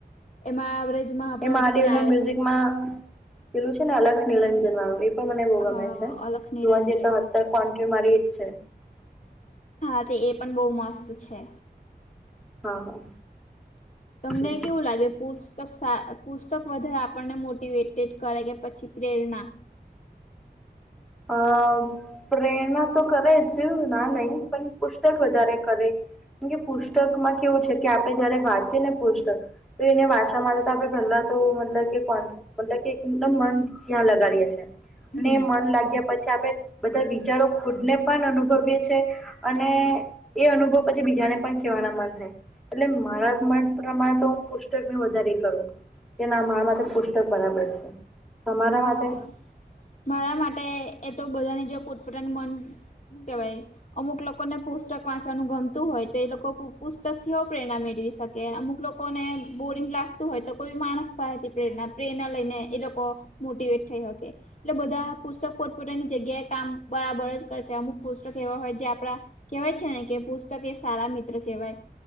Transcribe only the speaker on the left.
એમાં આવરેજ મહાભારતનું
જે આવે
છે.
હા
અલખ નિરંજન
હા તે એ પણ બહુ મસ્ત છે.
તમને
કેવું લાગે પુસ પુસ્તક સા પુસ્તક વધારે આપણને મોટિવેટેડ કરે કે પછી પ્રેરણા?
હમ
હા
હા, મારા માટે એ તો બધાની જો કપન મન હું કે ભાઈ અમુક લોકોને પુસ્તક વાંચવાનું ગમતું હોય તો એ લોકો પુસ્તક થી પ્રેરણા મેળવી શકે. કે અમુક લોકો ને બોરિંગ લાગતું હોય તો કોઈ માણસ પસેતી પ્રેરણા પ્રેરણા લઈને એ લોકો મોટીવેટ થઈ હોકે. એટલે બધા પુસ્તક પોતપોતાની જગ્યાએ કામ બરાબર જ કર છે અમુક પુસ્તક એવા હોય જે આપણા કેવાય છે ને કે પુસ્તક એ શાળા મિત્ર કેવાય